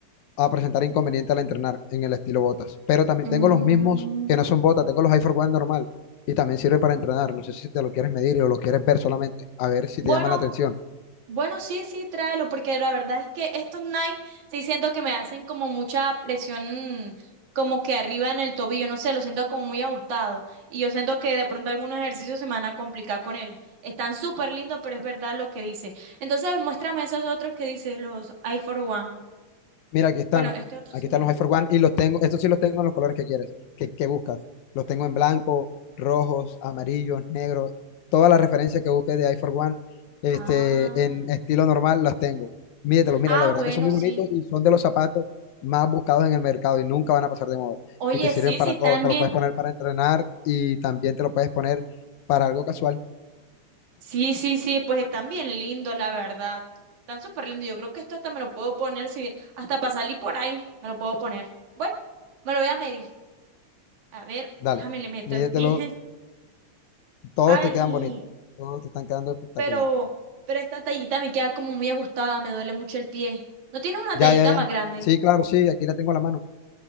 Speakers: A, on the left; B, on the right.
A: a presentar inconveniente al entrenar en el estilo botas. Pero también
B: Mm,
A: tengo los mismos que no son botas, tengo los High for One normal y también sirven para entrenar. No sé si te lo quieres medir o lo quieres ver solamente, a ver si
B: bueno,
A: te llama la atención.
B: Bueno, sí, sí, tráelo, porque la verdad es que estos Nike sí siento que me hacen como mucha presión, como que arriba en el tobillo, no sé, lo siento como muy ajustado. Y yo siento que de pronto algunos ejercicios se me van a complicar con él. Están súper lindos, pero es verdad lo que dice. Entonces, muéstrame esos otros que dices, los I for One.
A: Mira, aquí están.
B: Bueno, este otro
A: Aquí
B: sí
A: están
B: me gusta.
A: los iPhone One y los tengo, estos sí los tengo en los colores que quieres, que, que buscas. Los tengo en blanco, rojos, amarillos, negros. Todas las referencias que busques de iPhone One, este,
B: Ah,
A: en estilo normal las tengo. Mídetelos, mira,
B: ah,
A: la verdad
B: bueno,
A: que son muy
B: sí.
A: bonitos y son de los zapatos más buscados en el mercado y nunca van a pasar de moda.
B: Oye,
A: Y te sirven
B: sí,
A: para
B: sí, están
A: todo, te
B: bien
A: los puedes poner para entrenar y también te lo puedes poner para algo casual.
B: Sí, sí, sí, pues están bien lindos, la verdad. Están súper lindos. Yo creo que esto hasta me lo puedo poner, si hasta para salir por ahí me lo puedo poner. Bueno, me lo voy a medir. A ver,
A: Dale,
B: déjame le meto
A: mídetelo,
B: el pie.
A: todos
B: <laughs>
A: te
B: Ay,
A: quedan bonitos, todos te están quedando espectaculares.
B: pero, pero esta tallita me queda como muy ajustada, me duele mucho el pie. ¿No tienes una
A: Ya,
B: tallita
A: ya,
B: más
A: ya.
B: grande?
A: Sí, claro, sí, aquí la tengo a la mano.